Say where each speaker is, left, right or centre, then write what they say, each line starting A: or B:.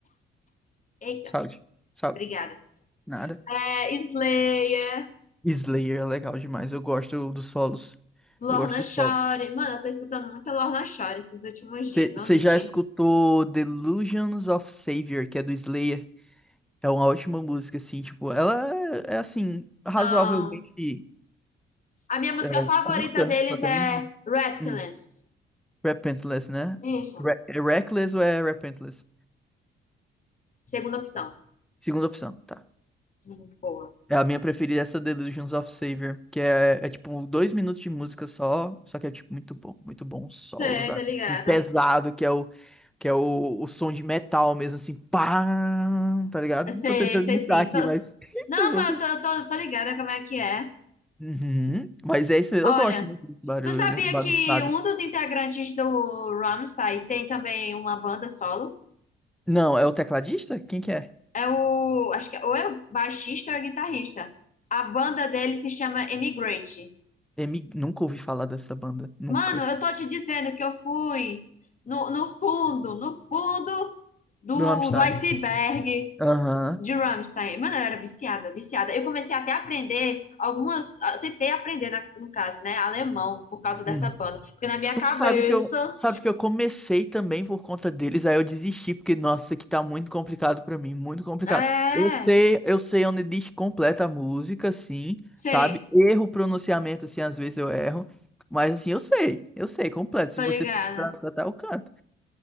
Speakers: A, on the left; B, in the centre.
A: Eita,
B: Sabe, sabe.
A: obrigada.
B: Nada.
A: É Slayer,
B: Slayer é legal demais. Eu gosto dos solos.
A: Lorna
B: Eu gosto dos
A: Shore.
B: solos.
A: Mano, eu tô escutando muita Lorna Shore esses últimos
B: Você
A: dias, não vou mentir.
B: já escutou Delusions of Savior, que é do Slayer? É uma ótima música, assim, tipo, ela é, é, assim, razoavelmente
A: Não. A minha música
B: é,
A: favorita
B: curta,
A: deles
B: só tem
A: é
B: um.
A: Reptilance.
B: um Repentless, né?
A: Isso.
B: Re- é Reckless ou é Repentless?
A: Segunda opção.
B: Segunda opção, tá.
A: Hum, boa.
B: É a minha preferida, é essa Delusions of Savior, que é, é tipo dois minutos de música só, só que é tipo muito bom, muito bom, os solos,
A: Sei,
B: ah,
A: tô ligada.
B: pesado, que é o que é o, o som de metal mesmo, assim, pá, tá ligado?
A: Eu sei,
B: Tô tentando
A: sei
B: imitar
A: sim.
B: aqui,
A: Tô-
B: mas <laughs>
A: Não,
B: tô bom.
A: mas eu tô, tô, tô ligada como é que é.
B: Uhum, mas é isso mesmo,
A: Olha,
B: eu gosto muito desse barulho
A: tu sabia
B: bagunçado.
A: que um dos integrantes do Rammstein tem também uma banda solo?
B: Não, é o tecladista? Quem que é?
A: É o, acho que é- ou é o baixista ou é o guitarrista. A banda dele se chama Emigrate.
B: M Nunca ouvi falar dessa banda, nunca.
A: Mano, eu tô te dizendo que eu fui no, no fundo, no fundo do,
B: Do Rammstein.
A: do iceberg
B: Aham.
A: de Rammstein. Mano, eu era viciada, viciada. Eu comecei até a aprender algumas. Eu tentei aprender, na- no caso, né? Alemão, por causa dessa
B: Uhum.
A: banda. Porque na minha
B: Tu
A: cabeça.
B: sabe que eu, sabe que eu comecei também por conta deles, aí eu desisti, porque, nossa, isso aqui tá muito complicado pra mim, muito complicado.
A: É,
B: Eu sei, eu sei onde diz completa a música, sim,
A: sei,
B: sabe? Erro o pronunciamento, assim, às vezes eu erro, mas assim, eu sei, eu sei, completo.
A: tô
B: Se você
A: ligada.
B: pedir pra eu cantar, eu canto,